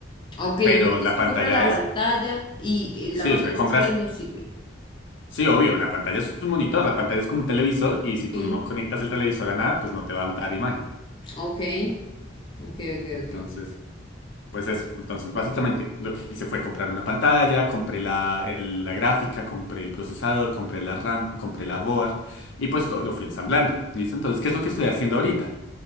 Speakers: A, on the left (about 25°); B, on the left (about 70°).
A: Ok, bueno,
B: Pero
A: entonces
B: la
A: tú
B: pantalla
A: compras la pantalla
B: es,
A: y, y
B: sí,
A: la pantalla
B: o sea,
A: está
B: compras,
A: sola y no sirve.
B: sí, obvio, la pantalla es un monitor, la pantalla es como un televisor y si
A: Sí.
B: tú no conectas el televisor a nada, pues no te va a dar imagen.
A: Ok. Ok, ok,
B: Entonces,
A: ok.
B: pues eso. Entonces, básicamente lo que hice fue comprar una pantalla, compré la, el- la gráfica, compré el procesador, compré la RAM, compré la board y pues todo lo fui ensamblando. ¿Listo? Entonces, ¿qué es lo que estoy haciendo ahorita?